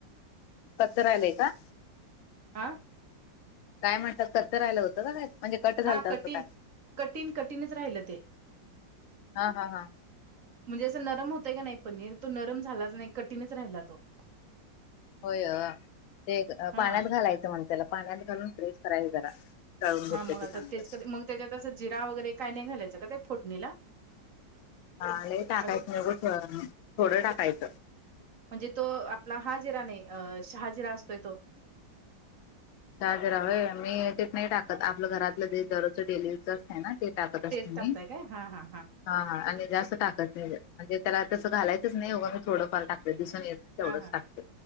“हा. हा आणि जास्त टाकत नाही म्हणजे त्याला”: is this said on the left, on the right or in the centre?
Left